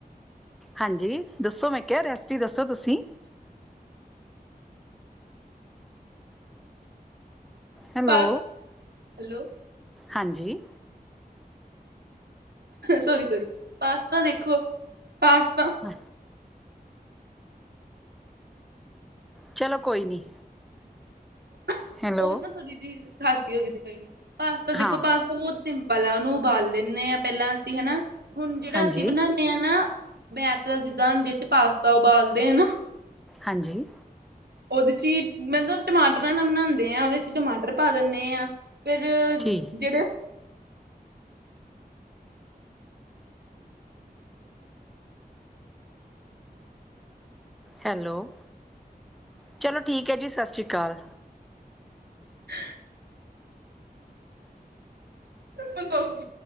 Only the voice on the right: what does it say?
ਪਾਸ ਹੈਲੋ
ਸੋਰੀ ਸੋਰੀ ਪਾਸਤਾ ਦੇਖੋ ਪਾਸਤਾ
ਉਹ
ਨਾ ਡੀ ਜਿਹੀ ਖਾਸੀ ਹੋ ਗਈ ਸੀ ਕਈ ਪਾਸਤਾ ਦੇਖੋ
ਪਾਸਤਾ ਬਹੁਤ ਸਿੰਪਲ ਆ ਉਹਨੂੰ ਉਬਾਲ ਲੈਂਦੇ ਹਾਂ ਪਹਿਲਾਂ ਅਸੀਂ ਹਨਾ ਹੁਣ ਜਿਹੜਾ
ਅਸੀਂ ਬਣਾਦੇ ਨਾ ਮੈਤ ਦਾ ਜਿੱਦਾਂ ਹੁੰਦੀ ਜਿਸ ਪਾਸਤਾ ਉਬਾਲਦੇ ਆ ਨਾ
ਉਹਦੇ ਚ ਹੀ ਮਤਲਬ ਟਮਾਟਰਾਂ ਨਾਲ ਬਣਾਉਦੇ ਆ ਉਹਦੇ ਚ ਟਮਾਟਰ ਪਾ ਦਿੰਦੇ ਆਂ ਫੇਰ
ਜਿਹੜੇ
ਹ ਦੱਸ